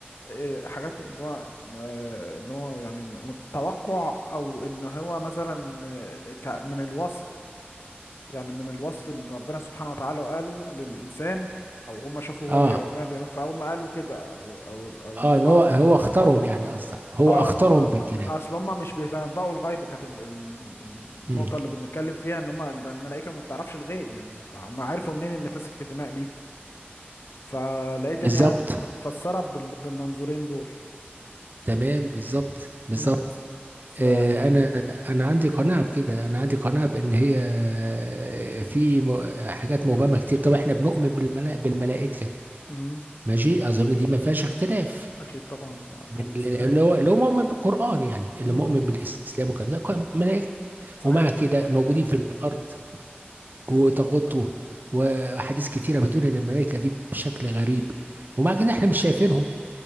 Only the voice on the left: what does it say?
آه، حاجات ان هو آه، ان هو يعني متوقع او ان هو مثلا آه، ك- من الوصف يعني من الوصف اللي ربنا سبحانه وتعالى قاله للانسان او هم شافوا
هو بي- ربنا بيعمل فهم قالوا كده او او او
ان هم
اه
م- آه،
اصل هم مش بيتنبؤوا الغيب كانت ال- ال- النقطه
اللي بنتكلم فيها ان هم الب- الملائكه ما بتعرفش الغيب يعني فهم عرفوا منين ان تسفك الدماء دي فلقيت
ان هي متفسره بال- بالمنظورين دول
مم. ف
مم.
اكيد طبعا اركان
الاسلام
مم.
صحيح
مم.